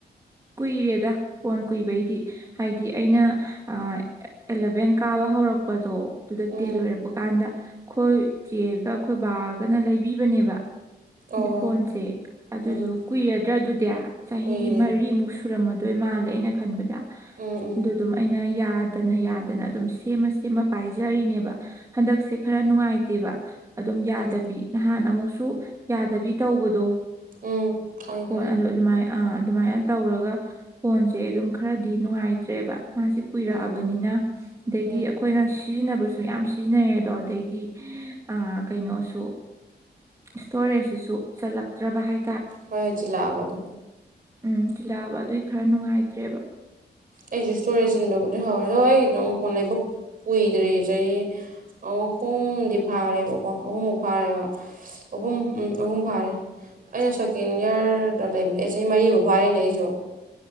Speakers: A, on the right (about 20°); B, on the right (about 50°).
A: ꯀꯨꯏꯔꯦꯗ ꯐꯣꯟ ꯀꯨꯏꯕꯩꯗꯤ ꯍꯥꯏꯗꯤ ꯑꯩꯅ ꯑꯦꯂꯚꯦꯟ ꯀꯥꯕ ꯍꯧꯔꯛꯄꯗꯣ ꯑꯗꯨꯗ ꯇꯦꯜ
B: ꯎꯝ
A: ꯂꯣꯏꯔꯛꯄ ꯀꯥꯟꯗ ꯑꯩꯈꯣꯏ ꯆꯦꯒ ꯑꯩꯈꯣꯏ ꯕꯥꯒꯅ ꯂꯩꯕꯤꯕ ꯅꯦꯕ
B: ꯑꯣ
A: ꯐꯣꯟꯁꯦ ꯑꯗꯨ
B: ꯎꯝ
A: ꯀꯨꯏꯔꯗ꯭ꯔꯥ ꯑꯗꯨꯗꯤ ꯆꯍꯤ
B: ꯀꯨꯏꯔꯦ
A: ꯃꯔꯤ ꯃꯨꯛ ꯁꯨꯔꯝꯃꯗꯣꯏ ꯃꯥꯜꯂꯦꯅ ꯈꯟꯕꯗ
B: ꯎꯝ ꯎꯝ
A: ꯑꯗꯨꯗꯨꯝ ꯑꯩꯅ ꯌꯥꯗꯅ ꯌꯥꯗꯅ ꯑꯗꯨꯝ ꯁꯦꯝꯃ ꯁꯦꯝꯃ ꯄꯥꯏꯖꯔꯤꯅꯦꯕ ꯍꯟꯗꯛꯁꯦ ꯈꯔ ꯅꯨꯡꯉꯥꯏꯇꯦꯕ ꯑꯗꯨꯝ ꯌꯥꯗꯕꯤ
B: ꯎꯝ
A: ꯅꯍꯥꯟ ꯑꯃꯨꯛꯁꯨ ꯌꯥꯗꯕꯤ ꯇꯧꯕꯗꯣ
B: ꯎꯝ ꯈꯪꯉꯦ
A: ꯐꯣꯟ
B: ꯈꯪꯉꯦ
A: ꯑꯗꯨ ꯑꯗꯨꯃꯥꯏ ꯑꯥ ꯑꯗꯨꯃꯥꯏꯅ ꯇꯧꯔꯒ ꯐꯣꯟꯁꯦ ꯑꯗꯨꯝ ꯈꯔꯗꯤ ꯅꯨꯡꯉꯥꯏꯇ꯭ꯔꯦꯕ ꯃꯥꯁꯦ ꯀꯨꯏꯔꯛꯑꯕꯅꯤꯅ
B: ꯎꯝ
A: ꯑꯗꯩꯗꯤ
B: ꯎꯝ
A: ꯑꯩꯈꯣꯏꯅ ꯁꯤꯖꯤꯟꯅꯕꯁꯨ ꯌꯥꯝ ꯁꯤꯖꯤꯟꯅꯩꯦ ꯑꯗꯣ ꯑꯗꯩꯗꯤ ꯀꯩꯅꯣꯁꯨ ꯏꯁꯇꯣꯔꯦꯖꯁꯤꯁꯨ ꯆꯠꯂꯛꯇ꯭ꯔꯕ ꯍꯥꯏ
B: ꯍꯣꯏ ꯍꯣꯏ ꯆꯤꯜꯂꯥꯛꯑꯕꯗꯣ
A: ꯎꯝ ꯊꯤꯜꯂꯛꯑꯕ ꯑꯗꯨꯏ ꯈꯔ ꯅꯨꯡꯉꯥꯏꯇ꯭ꯔꯦꯕ
B: ꯑꯩꯁꯦ ꯏꯁꯇꯣꯔꯦ ꯆꯤꯟꯕꯕꯨꯗꯤ ꯍꯧꯔꯦ ꯑꯗꯣ ꯑꯩ ꯅꯣꯡ ꯐꯣꯟ ꯂꯩꯕꯛ ꯀꯨꯏꯗ꯭ꯔꯤ ꯆꯍꯤ ꯑꯍꯨꯝꯗꯤ ꯐꯥꯔꯦꯕꯀꯣ ꯑꯍꯨꯝꯃꯨꯛ ꯐꯥꯔꯦꯕ ꯑꯍꯨꯝ ꯎꯝ ꯑꯍꯨꯝ ꯐꯥꯔꯦ ꯑꯩꯅ ꯁꯦꯀꯦꯟ ꯌꯔꯗ ꯂꯩꯕꯅꯦ ꯆꯍꯤ ꯃꯔꯤꯐꯥꯎ ꯐꯥꯔꯤꯅꯦ ꯑꯩꯁꯨ